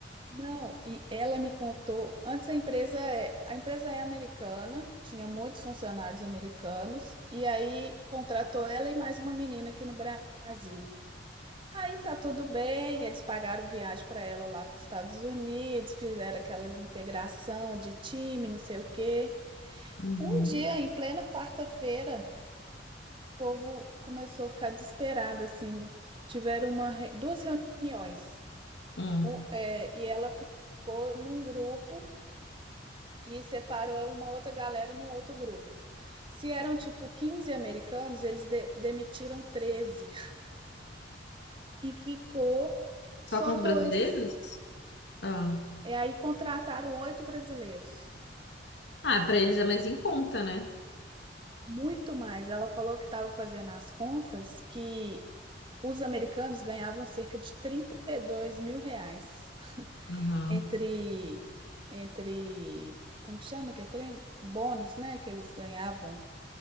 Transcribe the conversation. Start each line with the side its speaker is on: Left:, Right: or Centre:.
Right: Não, e ela me contou, antes a empresa é, a empresa é americana, tinha muitos funcionários americanos, e aí contratou ela e mais uma menina aqui no Brasil. Aí tá tudo bem, eles pagaram viagem para ela lá para os Estados Unidos, fizeram aquelas integração de time, não sei o quê.
Left: Uhum.
Right: Um dia, em plena quarta-feira, o povo começou a ficar desesperado, assim. Tiveram uma, re- duas reuniões,
Left: Hum.
Right: Um, é, e ela ficou num grupo e separou uma outra galera num outro grupo. Se eram tipo 15 americanos, eles de- demitiram 13 e ficou
Left: Só
Right: só
Left: com os
Right: dois.
Left: brasileiros? Ah,
Right: E aí contrataram oito brasileiros,
Left: ah, para eles é mais em conta, né?
Right: muito mais. Ela falou que estava fazendo as contas que os americanos ganhavam cerca de trinta e dois mil reais <laughs>
Left: Aham,
Right: entre, entre, como que chama que é trem? Bônus, né, que eles ganhavam.